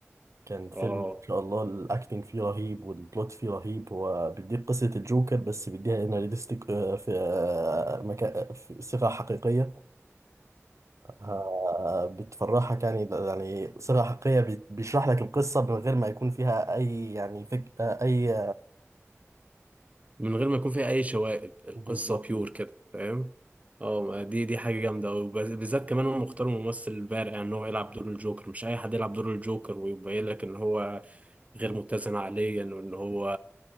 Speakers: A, on the right; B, on the right.
A: كان فيلم
B: اه
A: إن شاء الله الأكتنج فيه رهيب والبلوت فيه رهيب هو بيديك قصة الجوكر بس بيديها إنها ريليستيك في مكان في صيغة حقيقية آه، بتفرحك يعني يعني صيغة حقيقية بي- بيشرح لك القصة من غير ما يكون فيها أي يعني فك آه، أي
B: من غير ما يكون فيها اي شوائب القصه
A: بالظبط
B: بيور
A: و-
B: كده فاهم اه ما دي دي حاجه جامده وبالذات كمان هم اختاروا ممثل بارع ان هو يلعب دور الجوكر مش اي حد يلعب دور الجوكر ويبين لك ان هو غير متزن عقليا وان هو